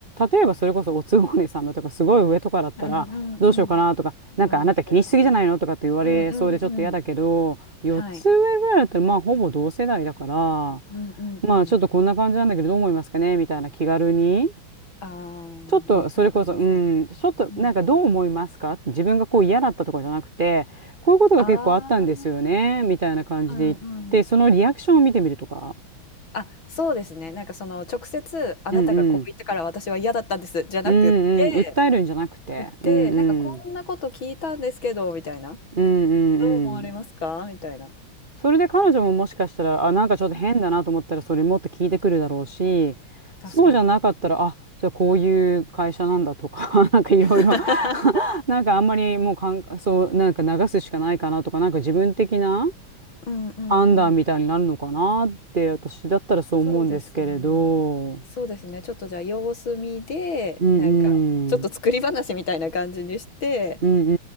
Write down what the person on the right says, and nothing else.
例えばそれこそおつぼね様とかすごい上とかだったらどうしようかなとか、
なんかあなた気にしすぎじゃないのとかって言われそうでちょっと嫌だけど、
4つ上ぐらいだったらまあほぼ同世代だから、
まあちょっとこんな感じなんだけどどう思いますかねみたいな気軽に。
ちょっとそれこそ、
うん、ちょっとなんかどう思いますか自分がこう嫌だったとかじゃなくて、
こういうことが結構あったんですよね、
みたいな感じで言って、
そのリアクションを見てみるとか。
うんうんうんうん、訴えるんじゃなくて、
うんうん、
うんう
んうん。
それで彼女ももしかしたら、あ、なんかちょっと変だなと思ったら、
それもっと聞いてくるだろうし、
そうじゃなかったら、あ、じゃあこういう会社なんだとか、<laughs> なんかいろいろ
<laughs> なんかあんまりもうかん、そう、なんか流すしかないかなとか、なんか自分的な
判断みたいになるのかなって、私だったらそう思うんですけれど、
うんうん、
うん